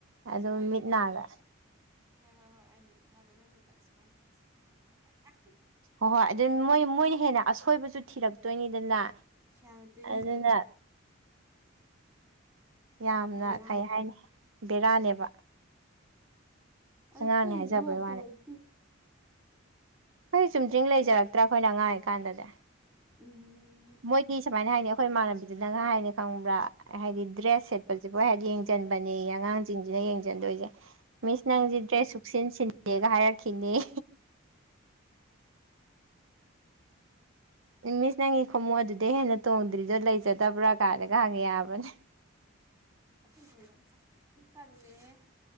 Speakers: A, on the right; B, on the right.
A: ꯏꯁ
B: ꯑꯗꯣ
A: ꯃꯣꯏꯒꯤꯗꯤ
B: ꯃꯤꯠ ꯅꯥꯒ
A: ꯍꯣꯏ ꯍꯣꯏ ꯍꯣꯏ ꯍꯥꯏꯗꯤ ꯁꯥꯇ꯭ꯔ ꯅꯨꯡꯁꯤꯠꯇ ꯃꯥꯏꯁꯦ ꯃꯥꯏꯁꯦ ꯌꯦꯡꯉꯣ ꯌꯦꯡꯉꯣ ꯀꯥꯏꯅ꯫
B: ꯍꯣꯏ ꯍꯣꯏ ꯑꯗꯨ ꯃꯣꯏ ꯃꯣꯏꯅ ꯍꯦꯟꯅ ꯑꯁꯣꯏꯕꯁꯨ ꯊꯤꯔꯛꯇꯣꯏꯅꯤꯗꯅ꯫
A: ꯌꯥꯇꯤꯅꯤ꯫
B: ꯑꯗꯨꯅ ꯌꯥꯝꯅ
A: ꯕꯦꯔꯥꯅꯤ
B: ꯀꯩ ꯍꯥꯏꯅꯤ ꯕꯦꯔꯥꯅꯦꯕ꯫
A: ꯑꯗꯣ
B: ꯑꯉꯥꯡꯅꯦ
A: ꯑꯈꯣꯏꯗꯤ
B: ꯍꯥꯏꯖꯕꯩ
A: ꯑꯗꯨꯃꯥꯏ
B: ꯋꯥꯅꯤ
A: ꯇꯧꯔꯛꯇꯦ꯫
B: ꯈꯣꯏꯗꯤ ꯆꯨꯝꯗ꯭ꯤꯡ ꯂꯩꯖꯔꯛꯇ꯭ꯔꯥ ꯑꯩꯈꯣꯏꯅ ꯉꯥꯡꯔꯤ ꯀꯥꯟꯗꯗꯤ꯫
A: ꯎꯝ
B: ꯃꯣꯏꯗꯤ ꯁꯨꯃꯥꯏꯅ ꯍꯥꯏꯅꯦ ꯑꯩꯈꯣꯏ ꯏꯃꯥꯟꯅꯕꯤꯗꯨꯅꯒ ꯍꯥꯏꯅꯦ ꯈꯪꯕ꯭ꯔꯥ ꯍꯥꯏꯗꯤ ꯗ꯭ꯔꯦꯁ ꯁꯦꯠ ꯁꯦꯠꯄꯖꯤꯕꯧ ꯍꯦꯛ ꯌꯦꯡꯁꯤꯟꯕꯅꯦ ꯑꯉꯥꯡꯁꯤꯡꯁꯤꯅ ꯌꯦꯡꯁꯤꯟꯗꯣꯏꯁꯦ ꯃꯤꯁ ꯅꯪꯁꯦ
A: ꯅꯪꯁꯤꯅ
B: ꯗ꯭ꯔꯦꯁ
A: ꯅꯪꯁꯤꯅ
B: ꯁꯛꯆꯟ ꯁꯤ ꯗꯦ ꯀꯥꯏ ꯍꯥꯏꯔꯛꯈꯤꯅꯤꯌꯦ꯫ ꯃꯤꯁ ꯅꯪꯒꯤ ꯈꯣꯡꯃꯨꯞ ꯑꯗꯨꯗꯩ ꯍꯦꯟꯅ ꯇꯣꯡꯗ꯭ꯔꯤꯗꯣ ꯂꯩꯖꯗꯕ꯭ꯔꯥ ꯀꯥꯏꯅꯒꯥꯉꯦ ꯍꯥꯏꯕꯅꯦ꯫
A: ꯑꯁꯦꯡꯕꯩꯔꯣ? ꯇꯜꯂꯦꯍꯦ꯫